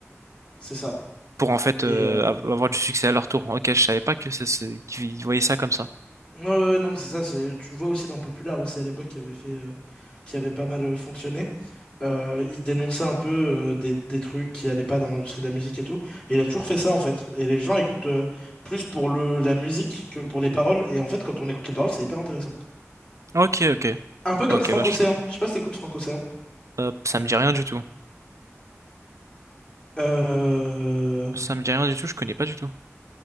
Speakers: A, on the left; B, on the right.
A: C'est ça.
B: pour en fait euh,
A: Et euh...
B: av- avoir du succès à leur tour. Ok, je savais pas que ça, c'est- qu'ils voyaient ça comme ça.
A: ouais, ouais, ouais, non, mais c'est ça. C'est tu le vois aussi dans Popular aussi à l'époque qui avait fait, euh, qui avait pas mal euh, fonctionné. Euh, il dénonçait un peu euh, des, des trucs qui allaient pas dans l'industrie de la musique et tout. Et il a toujours fait ça en fait. Et les gens écoutent euh, plus pour le, la musique que pour les paroles. Et en fait, quand on écoute les paroles, c'est hyper intéressant.
B: Ok, ok.
A: Un peu
B: Ok,
A: comme Franck
B: bah je
A: Océan.
B: sais pas.
A: Je sais pas si t'écoutes Franck Océan.
B: Euh, ça me dit rien du tout.
A: Euh,
B: Ça me dit rien du tout, je connais pas du tout.